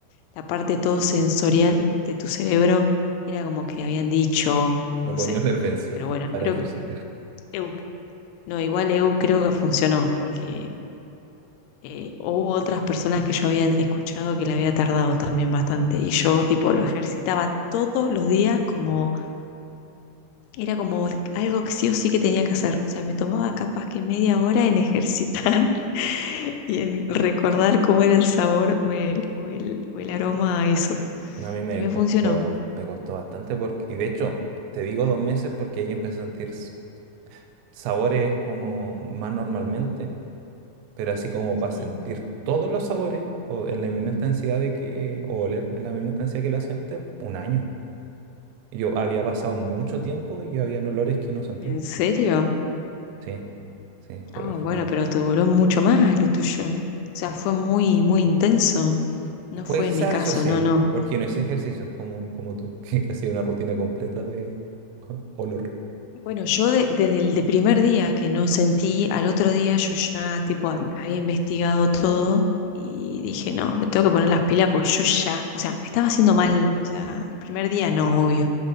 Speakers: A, on the left; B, on the right.
A: la parte todo sensorial de tu cerebro era como que habían dicho,
B: Me
A: no
B: ponía
A: sé,
B: a oler benzina
A: pero bueno,
B: para
A: creo
B: ejercitar.
A: que Eu, no, igual Eu creo que funcionó, porque eh, hubo otras personas que yo había escuchado que le había tardado también bastante, y yo tipo lo ejercitaba todos los días como, era como algo que sí o sí que tenía que hacer, o sea, me tomaba capaz que media hora en ejercitar <laughs> y en recordar cómo era el sabor o el, o el, o el aroma a eso.
B: No, a mí me
A: Y me
B: costó,
A: funcionó,
B: me costó bastante porque... Y de hecho, te digo dos meses porque ahí empecé a sentir s- sabores como más normalmente, pero así como para sentir
A: Sí.
B: todos los sabores o en la misma intensidad de que... o oler en la misma intensidad que lo hacía antes, un año. Yo había pasado mucho tiempo y había olores que no sentía.
A: ¿En serio?
B: Sí, sí, fue,
A: Ah,
B: fue.
A: bueno, pero te duró mucho más lo tuyo. O sea, fue muy, muy intenso. No
B: Pues
A: fue
B: quizás
A: en mi caso,
B: eso sí,
A: no,
B: ¿eh?
A: no.
B: porque yo no hice ejercicios como, como tú, <laughs> que, que hacía una rutina completa de o- olor.
A: Bueno, yo de- desde el de primer día que no sentí, al otro día yo ya tipo hab- había investigado todo y dije, no, me tengo que poner las pilas porque yo ya, o sea, me estaba haciendo mal, o sea, el primer día no, obvio,